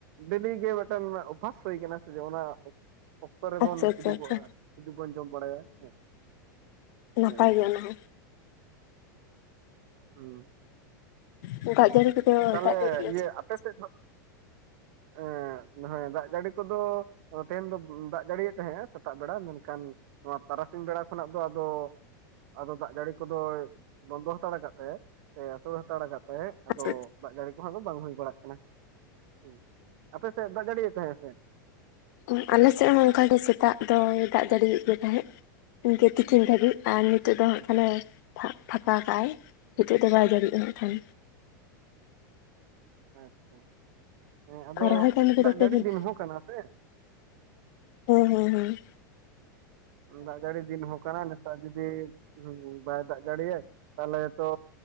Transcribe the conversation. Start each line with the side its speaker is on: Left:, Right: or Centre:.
Right: ᱰᱮᱞᱤ ᱜᱮ ᱢᱤᱫᱴᱮᱱ ᱚᱵᱵᱷᱟᱥ ᱦᱩᱭ ᱠᱟᱱᱟ ᱥᱮ ᱡᱮ ᱚᱱᱟᱼᱼ ᱚᱠᱛᱚ ᱨᱮᱵᱚᱱ
Left: ᱟᱪᱪᱷᱟ ᱟᱪᱪᱷᱟ
Right: ᱠᱤᱫᱤᱩᱵᱚᱜᱼᱟ
Left: ᱟᱪᱪᱷᱟ
Right: ᱠᱤᱫᱩᱵᱽᱵᱚᱱ ᱡᱚᱢ ᱵᱟᱲᱟᱭᱟ ᱦᱮᱸ
Left: ᱱᱟᱯᱟᱭ
Right: ᱚᱱᱮ ᱚᱱᱠᱟ
Left: ᱜᱮ ᱚᱱᱟᱦᱚ
Right: ᱦᱩᱸ
Left: ᱦᱚᱸ ᱫᱟᱜ ᱡᱟᱹᱲᱤ ᱠᱚᱫᱚ
Right: ᱛᱟᱦᱞᱮ
Left: ᱫᱟᱜ ᱡᱟᱹᱲᱤ ᱜᱮ
Right: ᱤᱭᱟᱹ
Left: ᱥᱮ ᱵᱟᱝ?
Right: ᱟᱯᱮ ᱥᱮᱫ ᱦᱚᱼᱼ ᱮᱸ ᱢᱟᱱᱮ ᱫᱟᱜ ᱡᱟᱹᱲᱤ ᱠᱚᱫᱚᱼᱼ ᱛᱮᱦᱮᱧ ᱫᱚ ᱫᱟᱜ ᱡᱟᱹᱲᱤᱭᱮᱫ ᱛᱟᱦᱮᱸᱫᱼᱟ ᱥᱮᱛᱟᱜ ᱵᱮᱲᱟ ᱢᱮᱱᱠᱷᱟᱱᱼᱼ ᱱᱚᱣᱟ ᱛᱟᱨᱟᱥᱤᱧ ᱵᱮᱲᱟ ᱠᱷᱚᱱᱟᱜ ᱫᱚ ᱟᱫᱚᱼᱼ ᱟᱫᱚ ᱫᱟᱜ ᱜᱟᱹᱲᱤ ᱠᱚᱫᱚᱭ ᱵᱚᱱᱫᱚ ᱦᱟᱛᱟᱲ ᱠᱟᱫ ᱛᱮ ᱥᱮ ᱟᱥᱟᱩᱲ ᱦᱟᱛᱟᱲᱟ ᱠᱟᱫ ᱼᱼ ᱛᱟᱦᱮᱸᱫ ᱟᱫᱚ
Left: ᱟᱪᱪᱷᱟ ᱟᱪᱪᱷᱟ,
Right: ᱫᱟᱜ ᱡᱟᱹᱲᱤ ᱠᱚᱦᱚᱸ ᱫᱚ ᱵᱟᱝ ᱦᱩᱭ ᱵᱟᱲᱟᱜ ᱠᱟᱱᱟ᱾ ᱦᱮᱸ ᱟᱯᱮ ᱥᱮᱫ ᱫᱟᱜ ᱜᱟᱹᱲᱭᱮᱫ ᱛᱟᱦᱮᱸᱫ ᱥᱮ?
Left: ᱚ ᱟᱞᱮ ᱥᱮᱫ ᱦᱚᱸ ᱚᱱᱠᱟ ᱜᱮ ᱥᱮᱛᱟᱜ ᱫᱚᱭ ᱫᱟᱜ ᱡᱟᱲᱤᱭᱮᱫ ᱜᱮ ᱛᱟᱦᱮᱸᱫ᱾ ᱤᱱᱠᱟᱹ ᱛᱤᱠᱤᱱ ᱫᱷᱟᱹᱵᱤᱡ ᱟᱨ ᱱᱤᱛᱚᱜ ᱫᱚ ᱦᱟᱸᱜ
Right: ᱟᱪᱪᱷᱟ
Left: ᱠᱷᱟᱱᱮ ᱯᱷᱟ ᱯᱷᱟᱸᱠᱟ ᱠᱟᱜᱼᱟᱭ ᱱᱤᱛᱳᱜ ᱫᱚ ᱵᱟᱭ ᱡᱟᱲᱤᱭᱟᱜ ᱦᱟᱸᱜ ᱠᱷᱟᱱ᱾
Right: ᱟᱪᱪᱷᱟ ᱦᱮᱸ ᱟᱫᱚ
Left: ᱟᱨ ᱨᱚᱦᱚᱭ ᱠᱟᱹᱢᱤ ᱠᱚᱫᱚ
Right: ᱫᱟᱜ
Left: ᱯᱮ
Right: ᱡᱟᱹᱲᱤ
Left: ᱦᱮᱸ
Right: ᱫᱤᱱ ᱦᱚᱸ ᱠᱟᱱᱟ ᱥᱮ?
Left: ᱦᱩᱸ ᱦᱩᱸ ᱦᱩᱸ᱾
Right: ᱫᱟᱜ ᱡᱟᱹᱲᱤ ᱫᱤᱱ ᱦᱚᱸ ᱠᱟᱱᱟ ᱱᱮ ᱛᱟᱨ ᱡᱩᱫᱤ ᱵᱟᱭ ᱫᱟᱜ ᱡᱟᱹᱲᱤᱭᱟᱭ ᱛᱟᱦᱚᱞᱮ ᱛᱚ